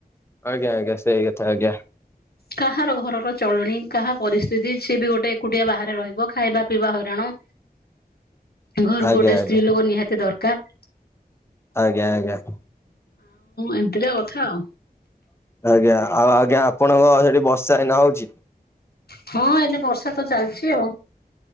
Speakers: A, on the left; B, on the left.
A: ଆଜ୍ଞା ଆଜ୍ଞା ସେଇକଥା ଆଜ୍ଞା।
B: କାହାର ଘରର ଚଳଣି କାହା ପରିସ୍ଥିତି ସିଏବି ଗୋଟେ ଏକୁଟିଆ ବାହାରେ ରହିବ ଖାଇବା ପିଇବା ହଇରାଣ ଘରକୁ
A: ଆଜ୍ଞା
B: ଗୋଟେ
A: ଆଜ୍ଞା
B: ସ୍ତ୍ରୀଲୋକ ନିହାତି ଦରକାର୍
A: ଆଜ୍ଞା ଆଜ୍ଞା।
B: ଏମିତିକା କଥା ଆଉ।
A: ଆଜ୍ଞା ଆଉ ଆଜ୍ଞା ଆପଣଙ୍କ ସେଠି ବର୍ଷା ଏଇନା ହଉଚି?
B: ହଁ ଏଇନେ ବର୍ଷାତ ଚାଲିଚି ଆଉ।